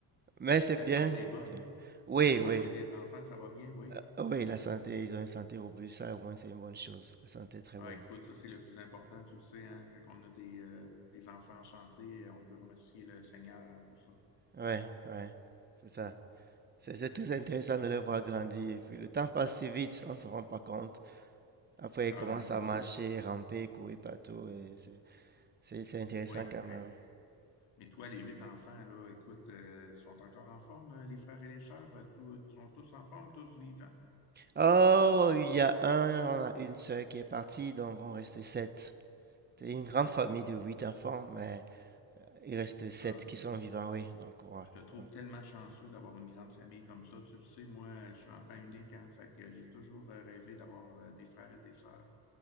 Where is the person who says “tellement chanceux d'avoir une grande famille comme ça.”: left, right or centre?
Left